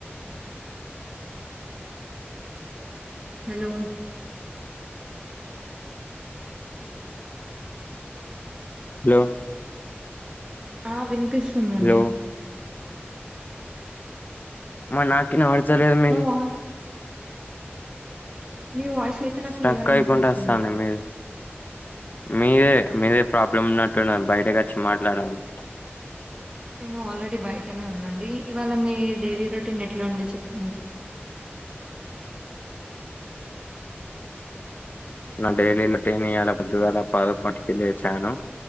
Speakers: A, on the right (about 20°); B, on the left (about 45°).
A: హలో
B: హలో
A: ఆ వినిపిస్తుందండి
B: హలో మా నాకిన వాడచలేదు మీ
A: నా వాయి మీ వాయిస్ అయితే నాకు
B: స్ట్రక్
A: క్లియర్గా
B: అయికుండా
A: వినిపిస్తుంది
B: వస్తాంది మీరు మీరే మీదే ప్రాబ్లమ్ ఉన్నట్టు బయటకి వచ్చి మాట్లాడాలి
A: నేను ఆల్రెడీ బయటనే ఉన్నాండి ఇవాళ మీ డైరీ రొటీన్ ఎట్లా ఉండే చెప్పండి? <inaudible>
B: నా డైల్లీలో ట్రేనియాల పొద్దుగాల పాదుకోటికిళ్ లేచాను